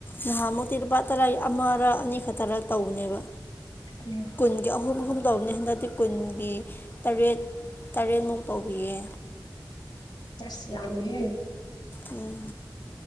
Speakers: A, on the left (about 25°); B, on the left (about 75°).
A: ꯅꯍꯥꯟꯃꯨꯛꯇꯤ ꯂꯨꯄꯥ ꯇꯔꯥꯢ ꯑꯃꯔ ꯑꯅꯤ ꯈꯛꯇꯔ ꯇꯧꯕꯅꯦꯕ꯫
B: ꯎꯝ
A: ꯀꯨꯟꯒꯤ ꯑꯍꯨꯝ ꯑꯍꯨꯝ ꯇꯧꯕꯅꯦ ꯍꯟꯗꯛꯇꯤ ꯀꯨꯟꯒꯤ ꯇꯔꯦꯠ ꯇꯔꯦꯠꯃꯨꯛ ꯇꯧꯕꯤꯌꯦ
B: ꯆꯁ ꯌꯥꯝꯃꯦꯍꯦ
A: ꯎꯝ